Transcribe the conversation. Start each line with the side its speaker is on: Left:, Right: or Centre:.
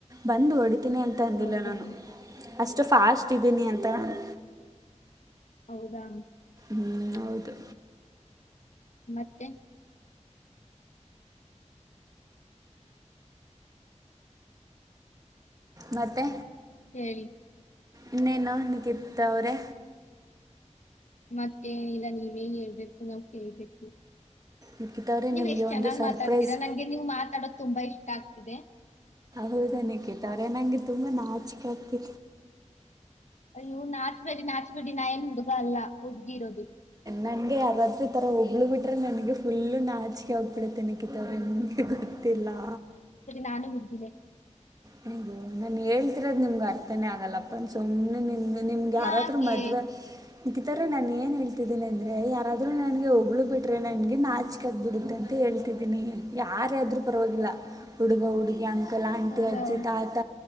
Right: ಬಂದು ಹೊಡಿತೀನಿ ಅಂತ ಅಂದಿಲ್ಲ
Left: ಹೌದಾ
Right: ನಾನು ಅಷ್ಟು ಫಾಸ್ಟ್ ಇದ್ದೀನಿ ಅಂತ ನಾನು
Left: ಹೌದಾ
Right: ಹ್ಮ್ ಹೌದು
Left: ಮತ್ತೆ
Right: ಮತ್ತೇ
Left: ಹೇಳಿ
Right: ಇನ್ನನ್ನ ನಿಕತ್ತ ಅವರೇ
Left: ಮತ್ತೇನಿಲ್ಲ ನೀವೇನ್ ಹೇಳ್ಬೇಕು ನಾವ್ ಕೇಳ್ಬೇಕು
Right: ನಿಖಿತ್ ಅವರೇ
Left: ನೀವ್
Right: ನಿಮಗೆ
Left: ಎಷ್ಟ್ ಚೆನ್ನಾಗ್
Right: ಒಂದು ಸರ್ಪ್ರೈಸ್
Left: ಮಾತಾಡ್ತೀರಾ ನನ್ಗೆ ನೀವು ಮಾತಾಡೋದು ತುಂಬಾ ಇಷ್ಟ ಆಗ್ತಿದೆ
Right: ಹೌದ ನಿಕೇತಾ ಅವ್ರೆ ನಂಗೆ ತುಂಬಾ ನಾಚಕೆ ಆಗ್ತಿ
Left: ಅಯ್ಯವು ನಾಚ್ಬೇಡಿ ನಾಚ್ಬೇಡಿ ನಾ ಏನ್ ಹುಡುಗ ಅಲ್ಲ ಹುಡ್ಗಿ ಇರೋದು
Right: ನನಗೆ ಯಾರಾದ್ರೂ ಈ ಥರ ಹೊಗಳಿ ಬಿಟ್ರೆ ನನಗೆ ಫುಲ್ಲು ನಾಚಿಕೆ ಆಗಿಬಿಡತೇ ನಿಕಿತಾವ್ರ <unintelligible> ಗೊತ್ತಿಲ್ಲಾ
Left: ನಾನ <unintelligible>
Right: ಹ ನಾನ್ ಹೇಳ್ತಿರೋದ್ ನಿಮ್ಗೆ ಅರ್ಥನೇ ಆಗಲ್ಲಪ್ಪ ಸುಮ್ಮ್ನೆ ನಿ ನಿಮ್ಗೆ ಯಾರಾದ
Left: ಯಾಕೆ
Right: ಮದ್ವವೆ ನಿಖಿತಾ ಅವರೇ ನಾನು ಏನ್ ಹೇಳ್ತಿದ್ದೀನಿ ಅಂದ್ರೆ ಯಾರಾದ್ರೂ ನನಗೆ ಹೋಗಳ ಬಿಟ್ರೆ ನನಗೆ ನಾಚ <unintelligible> ಬಿಡುತ್ತ ಅಂತ ಹೇಳ್ತಿದ್ದೀನಿ ಯಾರಾದ್ರೂ ಪರವಾಗಿಲ್ಲ ಹುಡುಗ, ಹುಡಿಗಿ, ಅಂಕಲ್, ಆಂಟಿ,
Left: ಹೌದಾ
Right: ಅಜ್ಜಿ, ತಾತ,